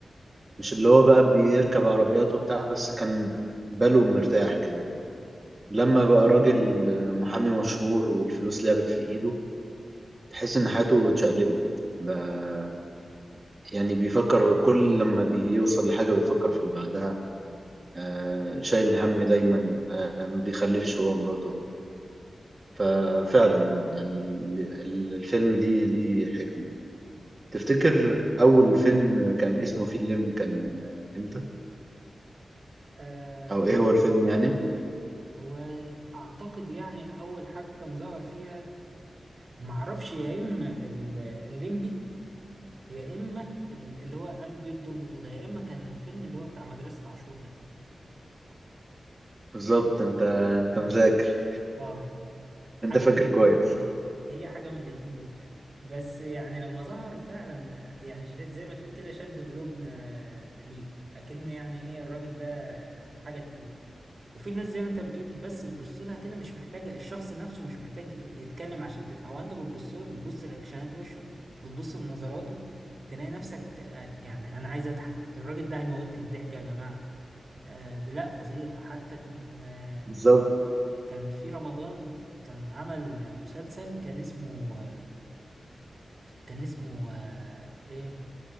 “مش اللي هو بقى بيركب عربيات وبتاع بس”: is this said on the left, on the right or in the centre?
Right